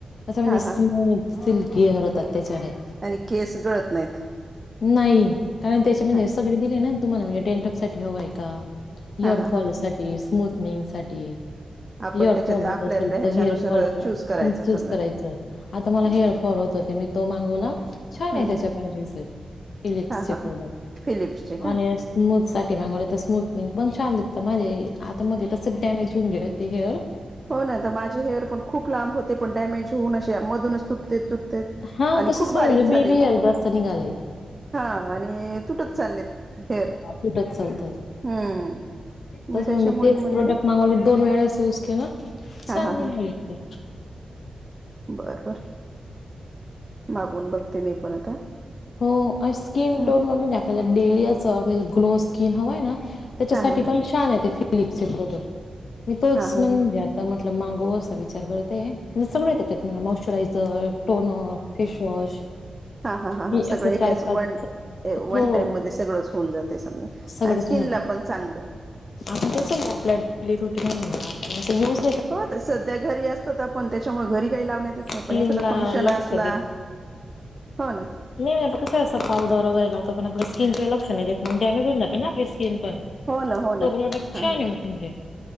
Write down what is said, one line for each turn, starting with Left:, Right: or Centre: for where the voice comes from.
Left: असं म्हणजे,
Right: हा हा
Left: स्मूथ सिल्किअर होतात. त्याच्याने
Right: आणि केस गळत नाहीत.
Left: नाही, कारण त्याच्या म्हणजे
Right: हा
Left: सगळे दिले ना. तुम्हाला म्हणजे डेंड्राफ साठी हवंय का? हेअरफॉलसाठी,
Right: हा हा हा
Left: स्मूथनिंगसाठी
Right: आपण
Left: हेअरफॉल
Right: त्याच्यात
Left: होत
Right: आपल्या
Left: असेल,
Right: आपल्या ह्याच्यानुसार
Left: तर हेअरफॉलचं
Right: चूज करायचा
Left: चूज
Right: समजा
Left: करायचं. आता मला हेअरफॉल होत होते, मी तो मागवला. छान आहे.
Right: हम्म
Left: त्याच्या पण रिजल्ट फिलिप्सचे
Right: हा हा
Left: प्रोडक्ट
Right: हा फिलिप्सचे का
Left: ओनस्ट स्मुथसाठी मागवलं तर स्मूथनिंग पण छान देतं. माझे आता मध्ये तसं डॅमेज होऊन गेले ते हेअर.
Right: हो ना! तर माझे हेअरं पण खूप लांब होते. पण डॅमेज होऊन अे मधूनच तुटते तुट ते
Left: हा
Right: आणि
Left: तसंच
Right: खूप
Left: झालं,
Right: बारीक
Left: म्हणजे
Right: झाले.
Left: बेबी हेअर जास्त निघाले
Right: हा, आणि तुटत चाललेत हेअर,
Left: तुटत चालतात
Right: हम्म.
Left: तसं
Right: त्याच्यामुळे
Left: मी तेच
Right: म्हणले
Left: प्रोडक्ट मागवले दोन वेळेस यूज खेळणार.
Right: हा
Left: छान
Right: हा
Left: निघाली एकतर
Right: बर-बर मागून बघते. मी पण आता
Left: हों आस् स्किन
Right: हा
Left: टोनला म्हणजे आपल्याला डेली असं आपल्याला ग्लो स्किन हवाय नां त्याच्यासाठी
Right: हा हा
Left: पण छान येतय फिलिक्स चे प्रॉडक्ट मी तोच
Right: हा हा
Left: म्हणजे
Right: हा
Left: तर म्हटलं मागवं असा विचार करत होते तेज्यात सगळे आहे त्याच्यात म्हणे मॉइस्चरायझर टोनर, फेशवॉश,
Right: हा हा हा
Left: हे
Right: हा सगळं
Left: असं
Right: एकाच
Left: चार,
Right: वन
Left: पाच
Right: वन
Left: हो
Right: टाईम मध्ये सगळंच होऊन जातेय समजा
Left: सगळंच
Right: आणि स्किनला
Left: होणार
Right: पण चांगलं.
Left: आपण कसंय ना आपल्या डेली रुटीन आपण असं रोज
Right: हो त सध्या घरी असतो तर पण त्याच्यामुळे घरी काही लावण्यात येत नाही
Left: स्किनला
Right: पण एखादा फंक्शन असला
Left: लक्ष
Right: हों नां
Left: मी प <unintelligible> पावडर वैगरे तो आपल्या स्किन काय लक्ष नाही देत डॅमेज होऊ जाते ना आपली स्किन पण.
Right: हो ना हो
Left: तो
Right: ना
Left: प्रोडक्ट
Right: हां
Left: छानयं म्हणजे